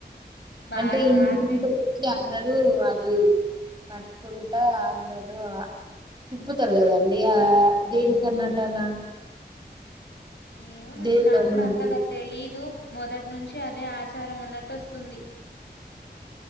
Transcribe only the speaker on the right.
అంటే ఎంటివి
అందరూ అది కట్టుకుంట అందరూ తిప్పుతారు గదండి ఆ దేనికన్నాట్ అలా
దేవుడు
అందరికి